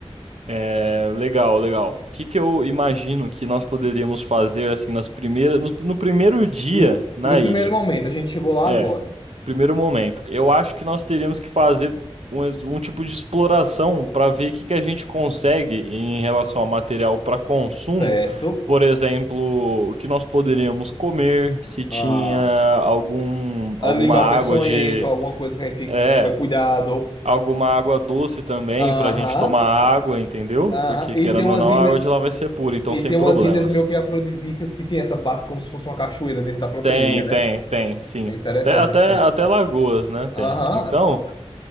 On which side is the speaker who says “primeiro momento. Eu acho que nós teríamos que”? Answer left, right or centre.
Right